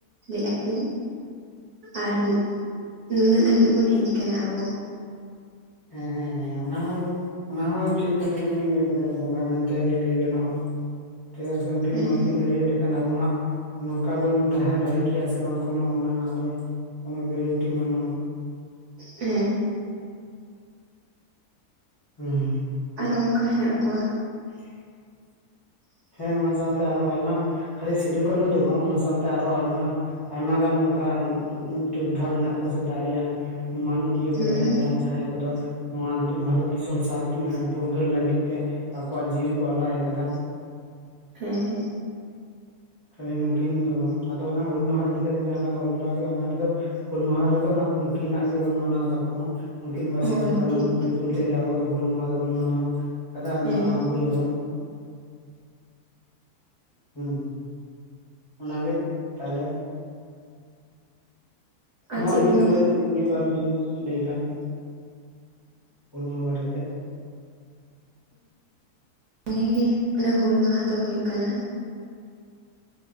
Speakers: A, on the right (about 55°); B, on the left (about 30°).
A: ᱞᱮᱫᱼᱟ ᱠᱤᱱ ᱟᱨ ᱱᱩᱱᱟᱹᱜ ᱫᱷᱟᱹᱵᱤᱜ ᱵᱩᱝ ᱦᱮᱡ ᱠᱟᱱᱟ ᱟᱵᱩ
B: ᱦᱮᱸ ᱦᱮᱸ ᱦᱮᱸ ᱚᱱᱟ ᱦᱚᱸ ᱚᱱᱟᱦᱚᱸ ᱴᱷᱤᱠ ᱠᱟᱛᱷᱟ ᱜᱮᱵᱤᱱ ᱞᱟᱹᱭ ᱟᱠᱟᱫᱟ ᱵᱚᱝᱜᱟ ᱮᱱᱠᱟᱜᱮ ᱜᱮ ᱞᱟᱹᱭ ᱜᱟᱱᱚᱜᱼᱟ ᱪᱮᱫᱟᱜ ᱥᱮ ᱩᱱᱠᱤᱱ
A: ᱦᱮᱸ
B: ᱵᱟᱝᱠᱤᱱ ᱞᱟᱹᱲᱦᱟᱹᱭ ᱞᱮᱠᱷᱟᱱ ᱟᱵᱩ ᱦᱟᱸᱜ ᱱᱚᱝᱠᱟ ᱵᱚᱱ ᱛᱟᱦᱮᱸ ᱫᱟᱲᱮ ᱠᱮᱭᱟ ᱥᱮ ᱵᱟᱝ ᱠᱳᱱᱳ ᱚᱱᱟ ᱨᱮᱱᱟᱜ ᱫᱚ ᱠᱳᱱᱳ ᱜᱮᱨᱮᱱᱴᱤ ᱵᱟᱹᱱᱩᱜᱼᱟ
A: ᱦᱮᱸ
B: ᱦᱩᱸ ᱦᱩᱸ
A: ᱟᱨ ᱚᱱᱠᱟ ᱦᱮᱱᱟᱜ ᱠᱚᱣᱟ
B: <unintelligible> ᱦᱮᱸ ᱚᱱᱟ ᱥᱟᱶᱛᱮ ᱟᱨᱚ ᱟᱭᱢᱟ ᱠᱷᱟᱹᱞᱤ ᱥᱤᱫᱚᱠᱟᱱᱩ ᱫᱚ ᱵᱟᱝ ᱚᱱᱟ ᱥᱟᱶᱛᱮ ᱟᱨᱚ ᱟᱭᱢᱟ ᱟᱭᱢᱟ ᱜᱟᱱ ᱚᱱᱠᱟᱱ ᱡᱳᱫᱽᱫᱷᱟ ᱢᱮᱱᱟᱜ ᱠᱚᱣᱟ ᱥᱮ ᱫᱟᱲᱮᱭᱟᱱ ᱢᱟᱹᱱ ᱤᱭᱟᱹ ᱠᱚ
A: ᱦᱮᱸ
B: ᱛᱟᱸᱦᱮ ᱠᱟᱱᱟ ᱡᱟᱦᱟᱸᱭ ᱠᱚᱫᱚ ᱱᱚᱣᱟ ᱵᱷᱟᱨᱚᱛ ᱫᱤᱥᱚᱢ ᱥᱟᱶ ᱯᱷᱩᱨᱜᱟᱹᱞ ᱞᱟᱹᱜᱤᱫ ᱛᱮ ᱟᱠᱚᱣᱟᱜ ᱡᱤᱣᱤ ᱠᱚ ᱟᱞᱟᱭ ᱟᱠᱟᱫᱟ
A: ᱦᱮᱸ
B: ᱠᱷᱟᱹᱞᱤ ᱱᱩᱠᱤᱱ ᱫᱚ ᱵᱟᱝ ᱟᱫᱚ ᱦᱩᱞ ᱢᱟᱦᱟᱸ ᱮᱫᱤ ᱠᱟᱛᱮᱜ ᱡᱟᱦᱟᱞᱟᱝ ᱜᱟᱞᱢᱟᱨᱟᱶ ᱠᱮᱫᱟ ᱚᱱᱟᱨᱮ ᱫᱚ ᱦᱩᱞ ᱢᱟᱦᱟᱸ ᱨᱮᱫᱚ ᱦᱟᱸᱜ ᱱᱩᱠᱤᱱᱟᱜ ᱜᱮᱵᱚᱱ ᱢᱟᱱᱟᱶ ᱛᱟᱠᱚᱣᱟ ᱩᱠᱤᱱ ᱫᱚ ᱥᱤᱫᱩ
A: ᱦᱳᱭ
B: ᱠᱟᱹᱱᱦᱩ
A: ᱴᱷᱤᱠ
B: ᱧᱩᱛᱩᱢ ᱛᱮᱜᱮ ᱟᱵᱚ ᱫᱚ ᱦᱩᱞ ᱢᱟᱦᱟ ᱫᱚᱵᱩᱱ ᱢᱟᱱᱟᱣ ᱟᱠᱟᱫᱟ ᱟᱨ
A: ᱦᱮᱸ
B: ᱢᱟᱱᱟᱣ ᱟᱹᱜᱩᱭᱟᱵᱩᱱ ᱦᱮᱸ ᱚᱱᱟᱜᱮ ᱛᱟᱦᱞᱮ
A: ᱟᱨ
B: ᱢᱟ
A: ᱪᱮᱫ
B: ᱟᱹᱵᱤᱱ
A: ᱵᱤᱱ
B: ᱟᱨᱚᱸ ᱢᱤᱫᱵᱟᱨ ᱵᱤᱱ ᱞᱟᱹᱭ ᱠᱷᱟ <inaudible> ᱦᱩᱞ ᱢᱟᱦᱟᱸ ᱵᱟᱨᱮᱛᱮ
A: ᱤᱱᱟᱹᱜᱮ ᱚᱱᱮ ᱦᱩᱞ ᱢᱟᱦᱟᱸᱫᱚ ᱦᱩᱭᱩᱜ ᱠᱟᱱᱟ